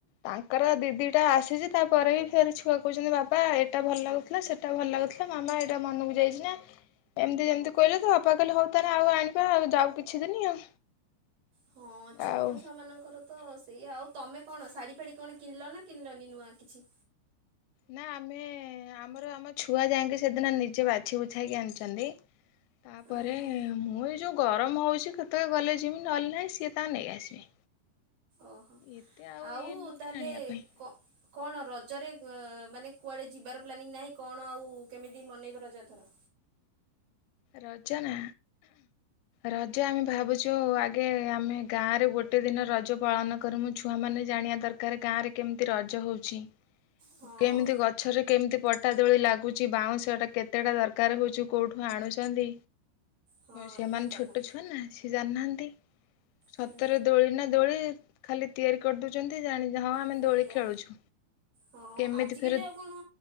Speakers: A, on the left (about 80°); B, on the right (about 50°).
A: ତାଙ୍କର ଦିଦି ଟା ଆସିଛି ତାପରେ ବି ଫେର୍ ଛୁଆ କହୁଛନ୍ତି ବାବା ଏଇଟା ଭଲ ଲାଗୁଥିଲା ସେଟା ଭଲ ଲାଗୁଥିଲା ମାମା ଏଇଟା ମନକୁ ଯାଇଛି ନା। ଏମିତି ଯେମିତିକହିଲେ ତ ବାପାଲେ ହଉ ତାହେ ଆଉ ଆଣିବା ଆଉ ଯାଉ କିଛି ଦିନି ଆଉ।
B: ହଁ ଛୋଟ
A: ଆଉ
B: ଛୁଆ ମାନଙ୍କର ତ ସେଇଆ ଆଉ ତମେ କଣ ଶାଢୀ ଫାଢୀ କଣ କିଣିଲ ନା କିଣିଲନି ନୂଆ କିଛି
A: ନା ଆମେ ଆମର ଆମ ଛୁଆ ଯାଇକି ସେଦିନ ନିଜେ ବାଛି ବୁଛାଇକି ଆଣିଛନ୍ତି। ତାପରେ
B: ଓହୋ
A: ମୁଁ ଏଇ ଯୋଉ ଗରମ ହଉଛି କେତେବେଳେ ଗଲେ ଯିମି ନହେଲେ ନାହିଁ ସିଏ ତାଙ୍କରନେଇ ଆସିବେ।
B: ଓହୋ
A: ଏତେ
B: ଆଉ
A: ଇଏ ନୁହଁ
B: ତାହେଲେ
A: କି ଆଣିବା ପାଇଁ
B: କଣ ରଜରେ ମାନେ କୁଆଡେ ଯିବାର ପ୍ଲାନିଂ ନାହିଁ କଣ ଆଉ କେମିତି ମନେଇବ ରଜ ଏଥର।
A: ରାଜ ନା ରଜ ଆମେ ଭାବୁଛୁ ଆଗେ ଆମେ ଗାଁରେ ଗୋଟେ ଦିନ ରଜ ପାଳନ କରିମୁ ଛୁଆ ମାନେ ଜାଣିବା ଦରକାର ଗାଁ ରେ କେମିତି ରଜ ହଉଛି
B: ହଁ
A: କେମିତି ଗଛରେ କେମିତି ପଟା ଦୋଳି ଲାଗୁଛି ବାଉଁଶ ଟା କେତେଟା ଦରକାର ହଉଚ କୋଉଠୁ ଆଣୁଛ ଚନ୍ତିି।
B: ହଁ
A: ସେମାନେ
B: ଠିକ୍ କଥା
A: ଛୋଟ ଛୁଆ ନା ସେ ଜାଣିନାହାନ୍ତି। ନ୍ତି। ସତରେ
B: ହୁଁ
A: ଦୋଳି ନା ଦୋଳି ଖାଲି ତିଆରି କରିଦୋଉଚନ୍ତି ଜାଣି ହଁ ଆମେ
B: ସେଇଆ
A: ଦୋଳି ଖେଳୁଛୁ।
B: ହଁ
A: କେମିତି
B: ଆଜିକାଲି
A: ଫେରେ
B: ଆଉ କଣ